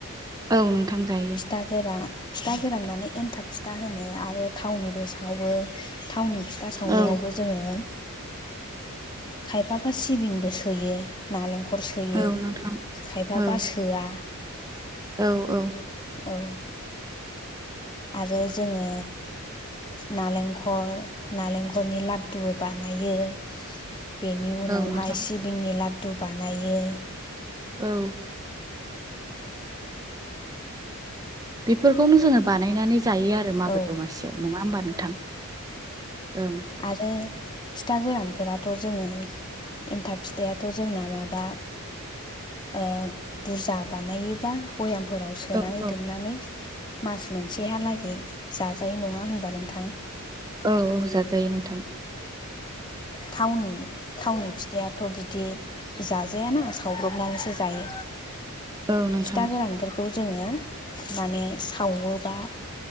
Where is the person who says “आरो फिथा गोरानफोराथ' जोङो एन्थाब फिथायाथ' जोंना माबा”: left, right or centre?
Left